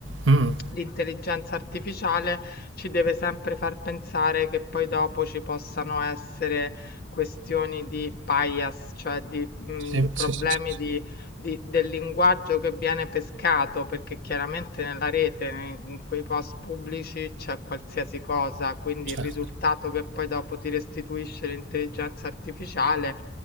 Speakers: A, on the right (about 85°); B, on the left (about 55°).
A: Mh.
B: l'intelligenza artificiale ci deve sempre far pensare che poi dopo ci possano essere questioni di bias, cioè di mh,
A: Sì,
B: problemi
A: sì, sì, sì, sì,
B: di, di- del linguaggio che viene pescato, perché chiaramente nella rete, nei- in quei post pubblici c'è qualsiasi cosa, quindi
A: certo.
B: il risultato che poi dopo ti restituisce l'intelligenza artificiale